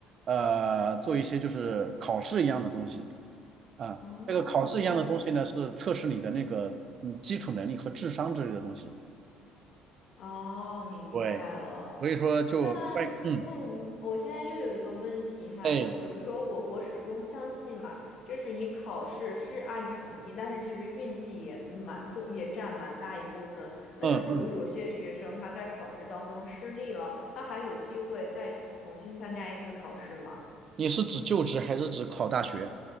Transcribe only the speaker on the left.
哦，
这样子。
哦，明白了。
那那你，
我现在又有一个问题哈，
就比如说我，我始终相信嘛，这是你考试是按成绩，但是其实运气也蛮重，也占蛮大一部分。
那就比如有些学生他在考试当中失利了，他还有机会再重新参加一次考试吗？